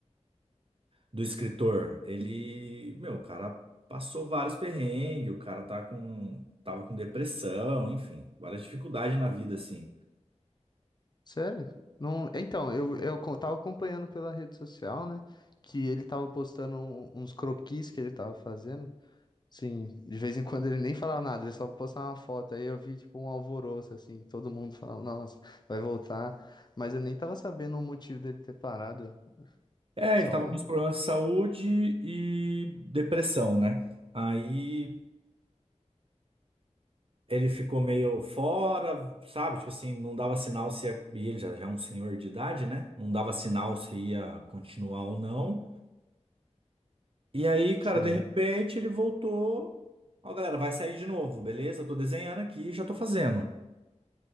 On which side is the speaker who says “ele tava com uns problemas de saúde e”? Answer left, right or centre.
Right